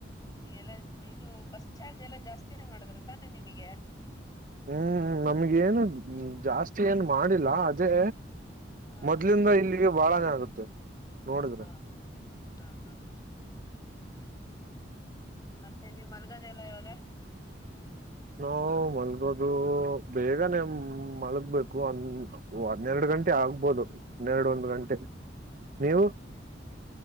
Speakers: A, on the left; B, on the right.
A: ಎಲ್ಲ ಇದು ಬಸ್ ಚಾರ್ಜ್ ಎಲ್ಲಾ ಜಾಸ್ತಿನೇ ಮಾಡುದ್ರ ತಾನೇ ನಿಮಗೆ
B: ಹ್ಮ್ ನಮ್ಗ ಏನು ಜಾಸ್ತಿ ಏನ್ ಮಾಡಿಲ್ಲ ಅದೇ
A: ಹಾ
B: ಮೊದ್ಲಿಂದ ಇಲ್ಲಿಗೆ ಬಾಳಾನೆ ಆಗುತ್ತೆ ನೋಡಿದ್ರ
A: ಹಾ ಹಾ ಹಾ ಮತ್ತೆ ನೀವ ಮಲ್ಗದೆ ಎಲ್ಲ ಇವಾಗ
B: ನಾವವು ಮಲ್ಗೋದು ಬೇಗನೆ ಮಲ್ಗ್ಬೇಕು ಒ ಹನ್ನೆರಡು ಗಂಟೆ ಆಗ್ಬೋದುನ್ನೆರಡು ಒಂದು ಗಂಟೆ ನೀವು
A: ಹ್ಮ್